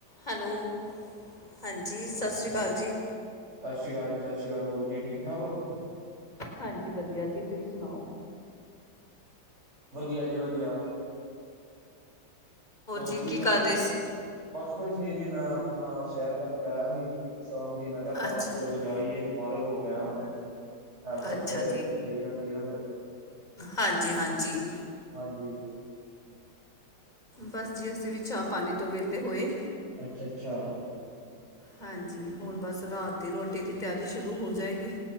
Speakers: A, on the left; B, on the right.
A: Hello. ਹਾਂਜੀ, ਸਾਸਰੀ ਅਕਾਲ ਜੀ।
B: ਸ਼ਾਸਰੀ ਅਕਾਲ ਜੀ, ਸ਼ਾਸ਼ੀ ਅਕਾਲ। ਹੋਰ ਜੀ, ਠੀਕ-ਠਾਕ ਓ?
A: ਹਾਂਜੀ ਵਧੀਆ ਜੀ। ਤੁਹੀ ਸੁਣਾਓ?
B: ਵਧੀਆ ਜੀ, ਵਧੀਆ। ਹੋਰ
A: ਜੀ
B: ਕੀ ਕਰਦੇ?
A: ਕਰ ਰਹੇ ਸੀ
B: ਬਸ ਕੁੱਛ ਨੀ ਜੀ, ਮੈਂ ਆਪਣਾ ਸੈਰ ਕਰਕੇ ਆਇਆ ਹੀ। ਸ਼ਾਮ ਦੀ ਮੈਂ ਤੇ ਆਹ ਪਾਰਕ-ਪੂਰਕ
A: ਅੱਛਾ
B: ਜਾਈਏ। ਪਾਰਕ ਹੋਕੇ ਆਇਆ ਹੁਣੈ। ਹੈਲਥ ਵਾਸਤੇ
A: ਅੱਛਾ
B: ਸਹੀ ਰਹਿੰਦੀ ਐ ਨਾ ਫਿਰ।
A: ਹਾਂਜੀ-ਹਾਂਜੀ।
B: ਹਾਂਜੀ।
A: ਬਸ ਜੀ, ਅਸੀਂ ਵੀ ਚਾਹ-ਪਾਣੀ ਤੋਂ ਵਿਹਲੇ ਹੋਏ।
B: ਅੱਛਾ-ਅੱਛਾ।
A: ਹਾਂਜੀ। ਹੁਣ ਬਸ ਰਾਤ ਦੀ ਰੋਟੀ ਦੀ ਤਿਆਰੀ ਸ਼ੁਰੂ ਹੋ ਜਾਏਗੀ।